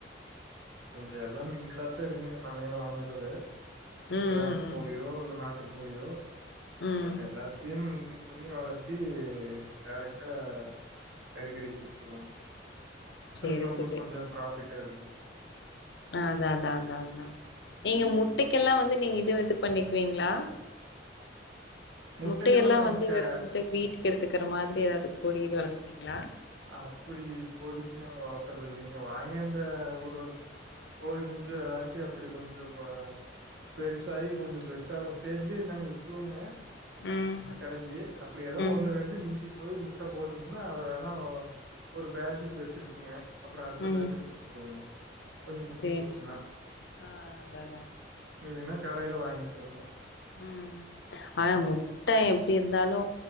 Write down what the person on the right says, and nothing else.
கொஞ்சோ எல்லா மிங்கிலாத்தா இருக்கீங்க பண்ணைல வாங்கறது
கிராஸ்
கோழியோ இல்ல நாட்டு கோழியோ
பட்
எல்லார்க் துயூம் மிங்கிள் பண்ணி வளர்த்தி டேரெக்டா கறிக்கடைக் குடுத்துருவோங்க
அதுக்கு நம்மளுக்
கொஞ்சோ பராஃபிட்டா இருக்குங்க
ஆமா
முட்டைகள்லா
நாங்க
க
அப்டி இப்போதைக்கு நாங்க வளர்த்தறது இல்லிங்க வாங்காந்து வுரதுக் கோயூ குஞ்சு ஏதாச்சு அப்டி கொஞ்சோ இப்ப பெருசாயி கொஞ்சோ பெருசாவுற ஸ்டேஜ்லயே நாங்க வித்துருவோங்க
கடைக்கி அப்டி ஏதோ
ஒண்ணு ரெண்டு மிஞ்சி போய் முட்ட போட்டுதுன்னா அத ன்னா ஒரு பேஜுக்கு வச்சிருபபுங்க அப்றோ அடுத்த
பேஜ்ல குடுத்துருவோங்க கொஞ்சோ முத்தி
போச்சுன்னா
இல்லன்னா கடையல வாங்கிவாங்க